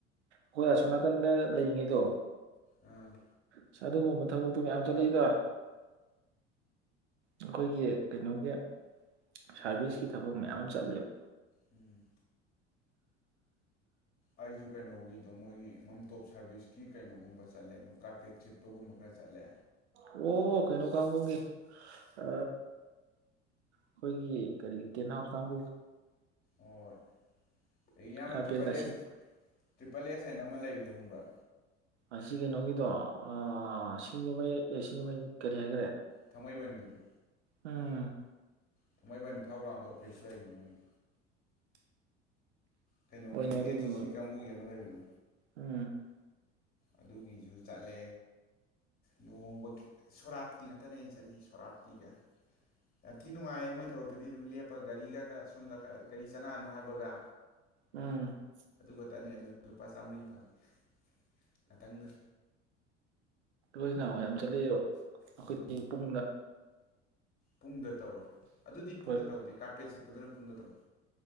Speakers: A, on the right; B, on the left.
A: ꯑꯈꯣꯏ ꯑꯁꯣꯝ ꯅꯥꯀꯟꯗ ꯂꯩꯔꯤꯉꯩꯗꯣ
B: ꯎꯝ
A: ꯑꯁ ꯑꯗꯨꯒꯨꯝꯕ ꯊꯕꯛꯇꯣ ꯃꯌꯥꯝ ꯆꯠꯂꯛꯏꯗ ꯑꯩꯈꯣꯏꯒꯤ ꯀꯩꯅꯣꯒꯤ ꯁꯥꯔꯚꯤꯁꯀꯤ ꯊꯕꯛ ꯃꯌꯥꯝ ꯑꯃ ꯆꯠꯂꯦꯕ
B: ꯎꯝ ꯑꯩꯖꯨ ꯀꯩꯅꯣꯒꯤꯗꯣ ꯃꯣꯏꯒꯤ ꯃꯝꯇꯣꯞ ꯁꯥꯔꯚꯤꯁꯀꯤ ꯀꯩꯅꯣꯒꯨꯝꯕ ꯆꯠꯂꯦ ꯑꯗꯨꯝ ꯀꯥꯔꯄꯦꯠ ꯁꯤꯠꯄꯒꯨꯝꯕ ꯈꯔ ꯆꯠꯂꯦ
A: ꯑꯣ ꯑꯣ ꯀꯩꯅꯣ ꯀꯥꯡꯒꯨꯒꯤ ꯑ ꯑꯩꯈꯣꯏꯒꯤ ꯀꯔꯤ ꯇꯦꯟꯍꯥꯎꯁ ꯀꯥꯡꯒꯨ
B: ꯍꯣꯏ ꯏꯌꯥꯝꯕ
A: ꯀꯥꯔꯄꯦꯠꯀ
B: ꯇ꯭ꯔꯤꯄꯜ
A: ꯁꯤꯠ
B: ꯑꯦꯁ ꯇ꯭ꯔꯤꯄꯜ ꯑꯦꯁ ꯍꯥꯏꯅ ꯑꯃ ꯂꯩꯕꯗꯣ ꯈꯪꯕ꯭ꯔꯥ
A: ꯑꯁꯤ ꯀꯩꯅꯣꯒꯤꯗꯣ ꯑ ꯁꯤꯡꯖꯃꯩ ꯑꯦ ꯁꯤꯡꯖꯃꯩ ꯀꯔꯤ ꯍꯥꯏꯒꯔꯦ
B: ꯊꯥꯡꯃꯩꯕꯟꯒꯤꯗꯣ
A: ꯎꯝ
B: ꯊꯥꯡꯃꯩꯕꯟ ꯊꯥꯎ ꯒ꯭ꯔꯥꯎꯟꯗ ꯑꯣꯐꯤꯁ ꯂꯩꯕꯅꯦ ꯃꯣꯏꯒꯤ ꯀꯩꯅꯣꯒꯤ
A: ꯍꯣꯏꯅꯦ ꯑꯗꯨꯒꯨꯝꯕ
B: ꯑꯦꯟ ꯁꯤ ꯁꯤ ꯀꯥꯡꯕꯨꯒꯤ ꯑꯃ ꯂꯩꯕꯗꯣ
A: ꯎꯝ
B: ꯑꯗꯨꯒꯤꯁꯨ ꯆꯠꯂꯦ ꯂꯨꯍꯣꯡꯕꯒꯤ ꯁꯣꯔꯥꯠꯀꯤ ꯉꯥꯛꯇꯅ ꯑꯩꯅ ꯆꯠꯂꯤ ꯁꯣꯔꯥꯠꯀꯤꯒ ꯌꯥꯝ ꯊꯤ ꯅꯨꯡꯉꯥꯏꯌꯦ ꯃꯣꯏ ꯊꯕꯛꯇꯨꯗꯤ ꯑꯗꯨꯝ ꯂꯦꯞꯄꯒ ꯒꯥꯔꯤꯒ ꯈꯔ ꯁꯣꯝꯗ ꯈꯔ ꯒꯥꯔꯤ ꯆꯪꯉꯛꯑꯅꯣ ꯍꯥꯏꯕꯒ
A: ꯎꯝ
B: ꯑꯗꯨ ꯈ ꯇꯅꯤ ꯑꯗꯨꯗ ꯂꯨꯄꯥ ꯆꯥꯃꯔꯤ ꯐꯪꯉꯤ ꯉꯥꯛꯇꯪꯗ
A: ꯂꯣꯏꯅꯥ ꯌꯥꯝ ꯆꯠꯂꯛꯑꯦꯕ ꯑꯩꯈꯣꯏꯗꯤ
B: ꯎꯝ
A: ꯄꯨꯡꯗ
B: ꯄꯨꯡꯗ ꯇꯧꯋꯦ ꯑꯗꯨꯗꯤ ꯄꯨꯡꯗ
A: ꯍꯣꯏ
B: ꯇꯧꯗꯦ ꯀꯥꯔꯄꯦꯠ ꯁꯤꯠꯄꯗꯨꯅ ꯄꯨꯡꯗ ꯇꯧꯏꯦ